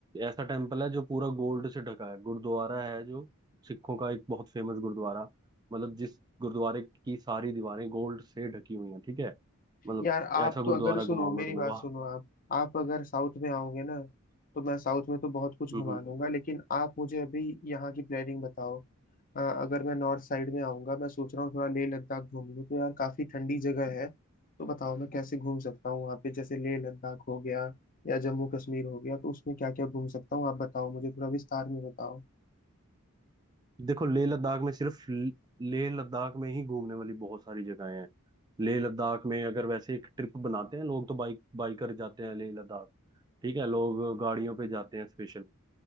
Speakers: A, on the right; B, on the left.
A: ऐसा टेम्पल है जो पूरा गोल्ड से ढका है गुरुद्वारा है जो सिखों का एक बहुत फेमस गुरुद्वारा मतलब जिस गुरुद्वारे की सारी दीवारें गोल्ड से ढकी हुई हैं ठीक है मतलब
B: यार आप
A: ऐसा गुरुद्वारा
B: तो अगर सुनो
A: घुमाऊंगा
B: मेरी
A: तुम्हें
B: बात सुनो आप आप अगर साउथ में आओगे ना तो मैं साउथ में तो बहुत कुछ
A: वहां
B: घुमा दूंगा लेकिन आप मुझे अभी यहाँ की प्लानिंग बताओ अ, अगर मैं नॉर्थ साइड में आऊंगा मैं सोच रहा हूँ थोड़ा लेह लद्दाख घूम लूँ तो यार काफी ठंडी जगह है तो बताओ मैं कैसे घूम सकता हूँ वहाँ पे जैसे लेह लद्दाख हो गया या जम्मू कश्मीर हो गया तो उसमें क्या क्या घूम सकता हूँ आप बताओ मुझे थोड़ा विस्तार में बताओ
A: देखो लेह लद्दाख में सिर्फ ल- लेह लद्दाख में ही घूमने वाली बहुत सारी जगहें हैं लेह लद्दाख में अगर वैसे एक ट्रिप बनाते हैं लोग तो बाइक बाइकर जाते हैं लेह लद्दाख ठीक है लोग गाड़ियों पे जाते हैं स्पेशल